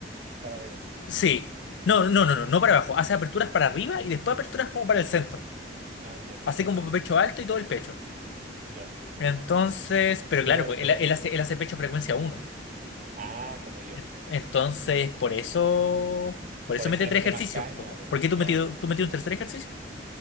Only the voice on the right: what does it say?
para arriba.
Ah, entiendo.
Ya.
Pero,
pero,
ah, como yo.
Por
eso
le
mete
más caña,
pues.
Claro.